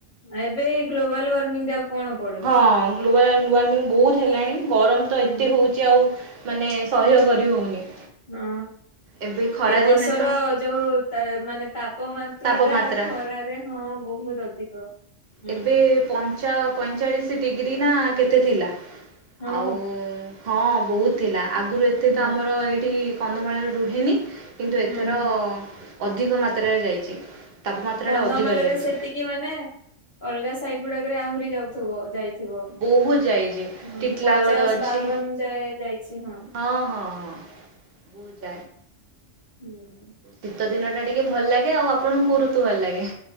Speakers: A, on the left (about 45°); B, on the right (about 55°).
A: ଆ ଏବେ ଗଲୋବାଲ୍ ୱାର୍ମିଂରେ କଣ ପଡିବ
B: ହଁ ଗ୍ଲୋବାଲ ୱାର୍ମିଂ ବହୁତ ହେଲାଣି, ଗରମ ତ
A: ହୁଁ
B: ଏତେ ହଉଛି ଆଉ ମାନେ ସହ୍ୟ କରି ହଉନି।
A: ହଁ।
B: ଏବେ ଖରାଦିନେ
A: ଏ ବର୍ଷର
B: ତ
A: ଯୋଉ, ମାନେ ତାପ ମାତ୍ରା
B: ତାପମାତ୍ରା
A: ଟା ଖରାରେ ହଁ ବହୁତ ଅଧିକ। ହୁଁ
B: ଏବେ ପଞ୍ଚା ପଇଁଚାଳିଶ ଡିଗ୍ରୀ ନା କେତେ ଥିଲା।
A: ହଁ
B: ଆଉ ହଁ ବହୁତ ଥିଲା। ଆଗରୁ ଏତେ
A: ହୁଁ
B: ତ ଆମର ଏଇଠି କନ୍ଧମାଳରେ ରୁହେନି। କିନ୍ତୁ
A: ହୁଁ
B: ଏଥର
A: ହୁଁ
B: ଅଧିକ ମାତ୍ରାରେ ଯାଇଛି। ତାପମାତ୍ରାଟା
A: କନ୍ଧମାଳରେ
B: ଅଧିକ ଯାଇଛି
A: ସେତିକି ମାନେ, ଅଲଗା ସାଇଡ ଗୁଡାକରେ ଆହୁରି ଯାଉଥିବ। ଯାଇ ଥିବ
B: ବହୁତ ଯାଇଛି
A: ହଁ
B: ଟିଟଲାଗଡ଼
A: ପଚାଶ,
B: ଅଛି
A: ବାବନ ଯାଏ ଯାଇଛି। ହଁ
B: ହଁ ହଁ ହଁ ବୁଝ
A: ହୁଁ।
B: ଶୀତ ଦିନ ଟା ଟିକେ ଭଲ ଲାଗେ। ଆଉ ଆପଣଙ୍କୁ କ ଋତୁ ଭଲ ଲାଗେ?